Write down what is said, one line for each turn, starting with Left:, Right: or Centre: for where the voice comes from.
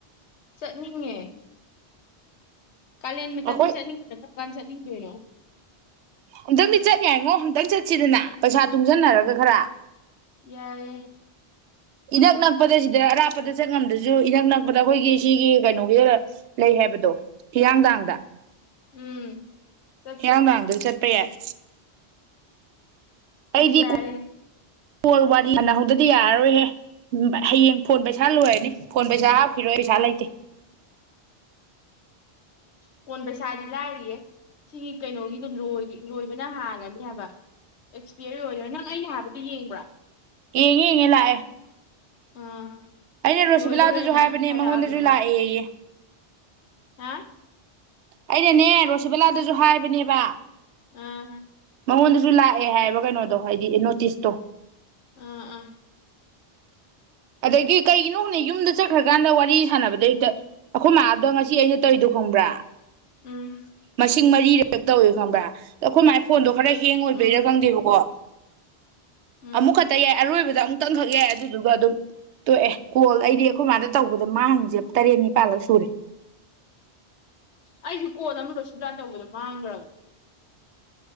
Left: ꯆꯠꯅꯤꯡꯉꯦ ꯀꯂꯦꯟ ꯃꯇꯝꯁꯤ
Right: ꯑꯩꯈꯣꯏ
Left: ꯆꯠꯅꯤꯡꯗꯦꯗ ꯀꯥꯟ ꯆꯠꯅꯤꯡꯗꯣꯏꯅꯣ
Right: ꯑꯝꯇꯪꯗꯤ ꯆꯠ ꯌꯥꯏꯉꯣ ꯑꯝꯛꯇꯪ ꯆꯠꯁꯤꯗꯅ ꯄꯩꯁꯥ ꯇꯨꯡꯁꯤꯟꯅꯔꯒ ꯈꯔ
Left: ꯌꯥꯏ
Right: ꯏꯅꯛ ꯅꯛꯄꯗ ꯁꯤꯗ ꯑꯔꯥꯞꯄꯗ ꯆꯠ ꯉꯝꯗ꯭ꯔꯁꯨ ꯏꯅꯛ ꯅꯛꯄꯗ ꯑꯩꯈꯣꯏꯒꯤ ꯁꯤꯒꯤ ꯀꯩꯅꯣꯒꯤ ꯂꯩ ꯍꯥꯏꯕꯗꯣ ꯍꯤꯌꯥꯡꯊꯥꯡꯗ
Left: ꯎꯝ ꯆꯠꯁꯦ
Right: ꯍꯤꯌꯥꯡꯊꯥꯡꯗ ꯆꯠꯄ ꯌꯥꯏ <unintelligible> ꯑꯩꯗꯤ
Left: ꯌꯥꯏꯌꯦ
Right: ꯐꯣꯟ ꯋꯥꯔꯤ ꯁꯥꯟꯅꯍꯧꯗꯗꯤ ꯌꯥꯔꯔꯣꯏꯍꯦ ꯍꯌꯦꯡ ꯐꯣꯟ ꯄꯩꯁꯥ ꯂꯣꯏꯔꯅꯤ ꯐꯣꯟ ꯄꯩꯁꯥ ꯍꯥꯞꯈꯤꯔꯣꯏ ꯄꯩꯁꯥ ꯂꯩꯇꯦ
Left: ꯐꯣꯟ ꯄꯩꯁꯥꯗꯤ ꯂꯥꯏꯔꯤꯌꯦ ꯁꯤꯒꯤ ꯀꯩꯅꯣꯒꯤꯗꯣ ꯂꯣꯏꯕꯅ ꯍꯥꯡꯂꯅꯤ ꯍꯥꯏꯕ ꯑꯦꯛꯁꯄꯤꯌꯔ ꯑꯣꯏꯔ ꯅꯪ ꯑꯩꯅ ꯍꯥꯏꯕꯗꯨ ꯌꯦꯡꯕ꯭ꯔꯥ
Right: ꯌꯦꯡꯉꯦ ꯌꯦꯉꯦ ꯂꯥꯛꯑ
Left: ꯑꯥ
Right: ꯑꯩꯅ ꯔꯣꯁꯤꯕꯤꯂꯥꯗꯁꯨ
Left: ꯂꯣꯏꯗꯧꯔꯦꯅ
Right: ꯍꯥꯏꯕꯅꯦ
Left: ꯍꯥꯏꯔꯛꯑꯕꯅꯦ
Right: ꯃꯉꯣꯟꯗꯁꯨ ꯂꯥꯛꯑꯦꯌꯦ
Left: ꯍꯥꯏꯕ ꯍꯥ
Right: ꯑꯩꯅꯅꯦ ꯔꯣꯁꯤꯕꯂꯥꯗꯁꯨ ꯍꯥꯏ ꯕꯅꯦꯕ
Left: ꯑ
Right: ꯃꯉꯣꯟꯗꯁꯨ ꯂꯥꯛꯑꯦ ꯍꯥꯏꯌꯦꯕ ꯀꯩꯅꯣꯗꯣ ꯍꯥꯏꯗꯤ ꯅꯣꯇꯤꯁꯇꯣ
Left: ꯑꯥ ꯑꯥ
Right: ꯑꯗꯒꯤ ꯀꯩꯒꯤ ꯅꯣꯛꯅ ꯌꯨꯝꯗ ꯆꯠꯈ꯭ꯔꯀꯥꯟꯗ ꯋꯥꯔꯤ ꯁꯥꯟꯅꯕꯗꯩ ꯍꯦꯛꯇ ꯑꯩꯈꯣꯏ ꯃꯥ ꯗꯣ ꯉꯁꯤ ꯑꯩꯅ ꯇꯧꯔꯤꯗꯣ ꯈꯪꯕ꯭ꯔꯥ
Left: ꯎꯝ
Right: ꯃꯁꯤꯡ ꯃꯔꯤꯔꯛ ꯇꯧꯏ ꯈꯪꯕ꯭ꯔ ꯑꯩꯈꯣꯏ ꯃꯥ ꯐꯣꯟꯗꯣ ꯈꯔ ꯍꯦꯡ ꯑꯣꯏꯕꯩꯔꯥ
Left: ꯎꯝ
Right: ꯈꯟꯗꯦꯕꯀꯣ
Left: ꯎꯝ
Right: ꯑꯃꯨꯛ ꯈꯛꯇ ꯌꯥꯏ ꯑꯔꯣꯏꯕꯗ ꯑꯃꯨꯛꯇꯪꯈꯛ ꯌꯥꯏ ꯑꯗꯨꯗꯨꯒ ꯑꯗꯨꯝ ꯇꯣꯛꯑꯦ ꯀꯣꯜ ꯑꯩꯗꯤ ꯑꯩꯈꯣꯏ ꯃꯥꯗ ꯇꯧꯕꯗ ꯃꯥꯡꯏꯁꯦ ꯇꯔꯦꯠ ꯅꯤꯄꯥꯜꯂꯛꯁꯨꯔꯦ
Left: ꯑꯩꯁꯨ ꯀꯣꯟ ꯑꯃ ꯔꯣꯁꯤꯕꯂꯥ ꯇꯧꯕꯗꯣ ꯃꯥꯡꯈ꯭ꯔꯕꯅꯦ